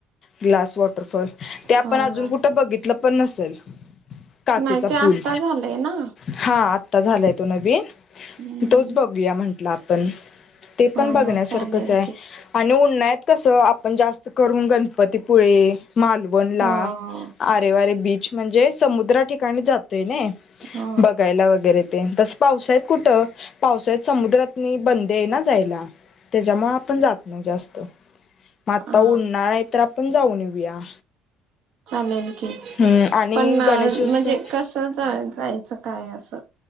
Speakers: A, on the left; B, on the right.
A: ग्लास वॉटरफॉल ते आपण
B: होय
A: अजून
B: होय
A: कुठं बघितलं पण नसेल. काचेचा
B: नाही ते आत्ता
A: पूल,
B: झालंय ना
A: हा आ आ झालाय तो नवीन,
B: हम्म
A: तोच बघूया म्हंटलं आपण.... ते पण
B: हो
A: बघण्यासारखंच
B: हो चालेल
A: आहे
B: की
A: आणि उन्हा.... नाहीत कसं आपण जास्त करून गणपतीपुळे.... मालवणला
B: हो हो
A: आरेवारे बीच म्हणजे समुद्र ठिकाणी जात. तेने
B: हो
A: बघायला वगैरे... तस पावसात कुठं पावसा्यात समुद्रातनी बंद आहे ना जायला...... त्याच्यामुळे आपण जात ना जास्त.... म आता
B: हा
A: उन नाय आहे तर आपण जाऊन येऊया..
B: चालेल की
A: हम्म आणि
B: पण म्हणजे
A: गणेशोत्सव
B: कस जायचं काय... अससं..